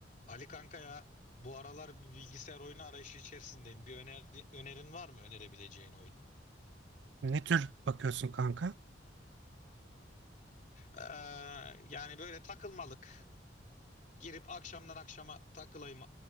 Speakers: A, on the left (about 45°); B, on the right (about 70°).
A: Ali kanka ya bu aralar bir bilgisayar oyunu arayışı içerisindeyim. Bir önerdi, önerin var mı önerebileceğin oyun?
B: Ne tür bakıyorsun kanka?
A: Ee, yani böyle takılmalık. Girip akşamdan akşama takılayım,